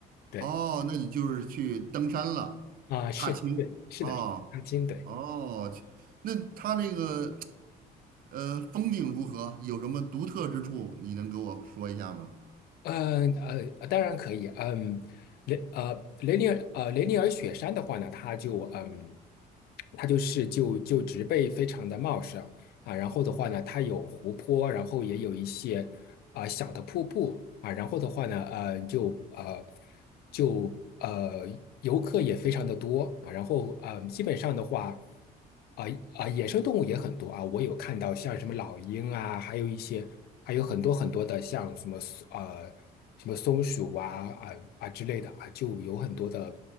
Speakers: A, on the left (about 65°); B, on the right (about 55°).
A: 对
B: 哦，那你就是去登山了，
A: 啊，是对，
B: 踏青。
A: 是的，
B: 哦，
A: 踏青对。
B: 哦，那它那个呃风景如何？有什么独特之处？你能给我说一下吗？
A: 嗯呃，呃当然可以。嗯，雷呃雷尼尔呃雷尼尔雪山的话呢，它就嗯，它就是就就植被非常的茂盛，啊，然后的话呢，它有湖泊，然后也有一些啊、小的瀑布啊，然后的话呢，呃，就呃就呃游客也非常的多啊，然后呃基本上的话。啊啊，野生动物也很多啊，我有看到像什么老鹰啊，还有一些，还有很多很多的像什么呃什么松鼠啊啊啊之类的啊，就有很多的，